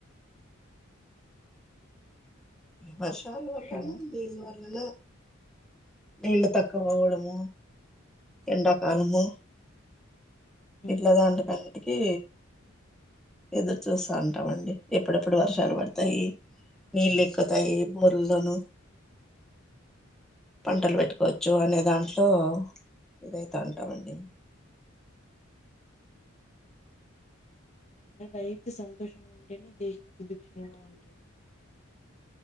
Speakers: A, in the centre; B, on the left.
A: వర్షాలు వల్లనా
B: హలో
A: బీల్ వల్లనా నీళ్ళ తక్క పోవడమో ఎండాకాలమో
B: ఉమ్
A: ఇట్లా దాంటకన్నిటికి ఎదురు చూస్తా అంటామండి ఎప్పుడెప్పుడు వర్షాలు పడతాయి నీళ్లు ఎక్కుతాయి బోర్లను పంటలు పెట్టుకోవచ్చు అనే దాంట్లో ఇదైతే ఉంటామండి
B: రైతు సంతోషంగా ఉంటేనే దేశం సుభిక్షంగా ఉంటుంది.